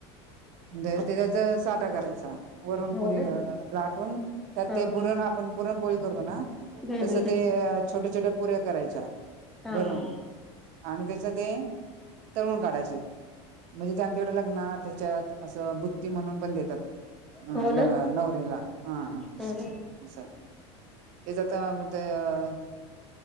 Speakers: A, on the right; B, in the centre.
A: ते त्याचा च साठा करायचा. वरून
B: हो
A: पुरी
B: ना
A: लाटून त्यात
B: हा
A: ते
B: हा
A: पुरण आपण पुरणपोळी करतो ना,
B: हम्म
A: तस ते
B: हम्
A: छोट्या छोट्या पुऱ्या करायच्या
B: हा
A: भरवून
B: हा
A: आणि त्याच ते तळुण काढायचे. म्हणजे ते आमच्याकडें लग्नात, हेच्यात असं बुत्ती म्हणून पण देतात. हा
B: हो
A: लग्नात
B: ना
A: नवरीला हा.
B: हो ना
A: असं ते ज आता अ.